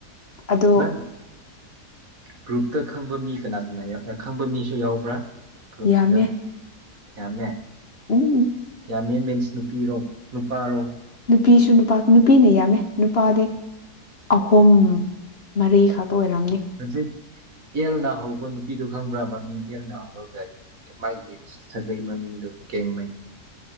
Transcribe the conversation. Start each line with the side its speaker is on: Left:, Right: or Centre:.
Left: ꯑꯗꯣ
Right: ꯅꯪ ꯒ꯭ꯔꯨꯞꯇ ꯈꯪꯕ ꯃꯤ ꯀꯅꯥ ꯀꯅꯥ ꯈꯪꯕ ꯃꯤꯁꯨ ꯌꯥꯎꯕ꯭ꯔꯥ ꯒ꯭ꯔꯨꯞꯁꯤꯗ
Left: ꯌꯥꯝꯃꯦ
Right: ꯌꯥꯝꯃꯦ
Left: ꯎꯝ
Right: ꯌꯥꯝꯃꯦ ꯃꯤꯟꯁ ꯅꯨꯄꯤꯔꯣ ꯅꯨꯄꯥꯔꯣ
Left: ꯅꯨꯄꯤꯁꯨ ꯅꯨꯄꯥ ꯅꯨꯄꯤꯅ ꯌꯥꯝꯃꯦ ꯅꯨꯄꯥꯗꯤ ꯑꯍꯨꯝ ꯃꯔꯤꯈꯛ ꯑꯣꯏꯔꯝꯅꯤ
Right: ꯍꯧꯖꯤꯛ ꯑꯦꯜꯅ ꯍꯧꯕ ꯅꯨꯄꯤꯗꯣ ꯈꯪꯕ꯭ꯔꯥ ꯃꯃꯤꯡ ꯑꯦꯜꯅ ꯍꯧꯔꯒ ꯃꯥꯒꯤ ꯁꯥꯒꯩ ꯃꯃꯤꯡ ꯑꯗꯣ <unintelligible>